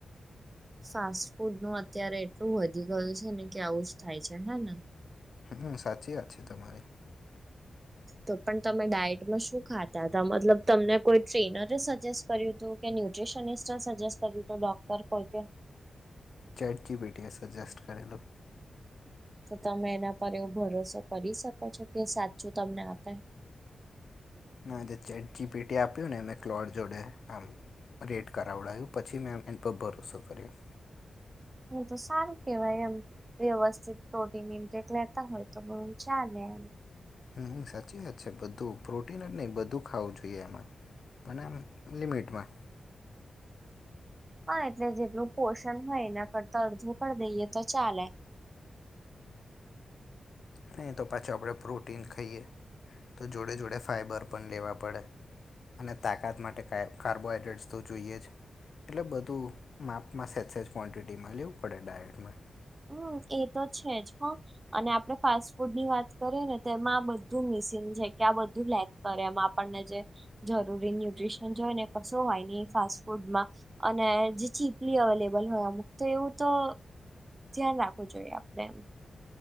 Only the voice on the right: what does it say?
ફાસ્ટ ફૂડ નું અત્યારે એટલું વધી ગયું છે ને કે આવુંજ થાય છે હે ને.
તો પણ, તમે ડાયટમાં શું ખાતાતા મતલબ તમને, કોઈ ટ્રેનરે સજેસ્ટ કર્યું હતું, કે ન્યુટ્રીશનિસ્ટ સજેસ્ટ કર્યું ડોક્ટર કો
તો, તમે એના પર એવો ભરોસો કરી શકો છો, કે સાચું તમને આપે?
હ, તો સારું કેવાય એમ. વ્યવસ્થિત પ્રોટીન ઇન્ટેક લેતા હોય, તો બો ચાલે એમ..
હા એટલે જેટલું પોષણ હોય, એના કરતા અડધું કરી દઈએ તો ચાલે.
હમ એ તો છે, જ હ અને આપણે ફાસ્ટ ફૂડ ની વાત કરીએ ને તો, એમાં આ બધું મિસિંગ છે, કે આ બધું લે કરે, એમાં આપણને, જે જરૂરી ન્યુટ્રીશન જોયને કશું હોય ન ફાસ્ટ ફૂડમાં. અને જે ચીપલી અવેલેબલ હોય, અમુક તો એવું તો. ધ્યાન રાખવું જોઈએ, આપડે એમ.